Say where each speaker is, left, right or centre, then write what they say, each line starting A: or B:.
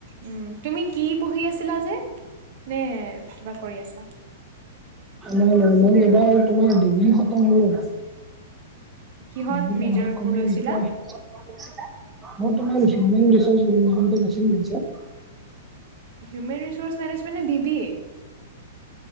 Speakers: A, on the right; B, on the right.
A: উম তুমি কি পঢ়ি আছিলা যে নে কিবা কৰি আছা?
B: নাই নাই মই এইবাৰ তোমাৰ ডিগ্ৰী খতম হ'ল এইবাৰ।
A: কিহত
B: ডিগ্ৰী
A: মেজৰ
B: কমপ্লেত কৰিলা
A: লৈছিলা
B: এতিয়াই। মোৰ তোমাৰ human research <unintelligible>
A: human research manage মানে বি বি এ?